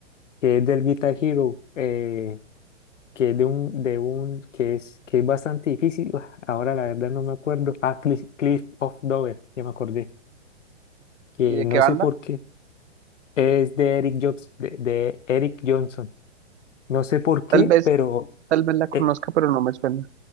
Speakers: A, on the left; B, on the right.
A: que es del Guitar Hero, eh, que es de un, de un, que es, que es bastante difícil, ah, ahora la verdad no me acuerdo, ah, Cliff, Cliff of Dover, ya me acordé, que
B: ¿Y de
A: no
B: qué banda?
A: sé por qué, es de Eric Jobs, de de Eric Johnson, no sé por qué,
B: Tal vez,
A: pero...
B: tal vez la conozca,
A: e-
B: pero no me suena.